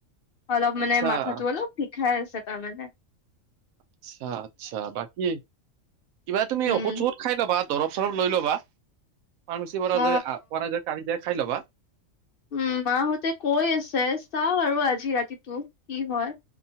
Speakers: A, on the left; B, on the right.
A: অলপ
B: আচ্ছা
A: মানে মাথাাতো অলপ খাই আছ তমানানে
B: আচ্ছা আচ্ছা বাকী কিবা তুমি
A: উম
B: ঔষুধ চঔষুধ খাই ল'বা দৰব চৰব লৈ ল'বা ফাৰ্মাচীৰ পৰা
A: অ
B: য প নাই য কি যাই খাই ল'বা
A: উম মাহঁতে কৈ আছে চাও আৰু আজি ৰাতিটো কি হয়